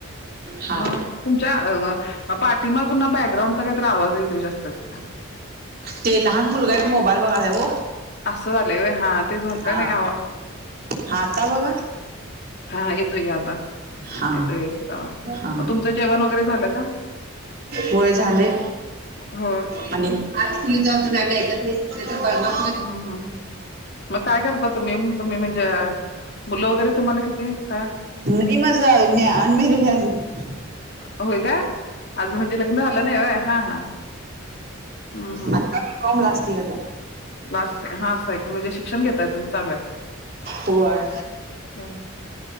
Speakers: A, on the right; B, on the left.
A: हा
B: म तुमच्या अ पाठीमागून ना बॅकग्राउंडचा काहीतर आवाज येतोय जास्तच
A: ते लहान मुलगा एक मोबाईल बघायलाय ओ
B: असं झालंय व्हय हा तेच म्हटलं
A: हा
B: नाही आवा
A: हा आता बघा
B: हा येतोय की आता
A: हा
B: येतोय व्यवस्थित आवाज.
A: हा
B: मग तुमचं जेवण वगैरे झालं का?
A: होय झालय.
B: होय
A: आणि आज कुणी जा तुम्ही आम्ही ऐकत नाई. ते तर बर ना
B: हम्म म काय करता तुम्ही तुम्ही म्हणजे मुलं वगैरे तुम्हाला किती काय?
A: ते माझं मी अनमॅरिड हाय अजून
B: होय का अजून म्हणजे लग्न झाला नाय व्हय हा हा हूं हूं
A: आता बी कॉम लास्ट इयर ला हाय.
B: लास्ट हा असं हाय म्हणजे शिक्षण घेताय तुम्ही चालू
A: होय
B: हाय.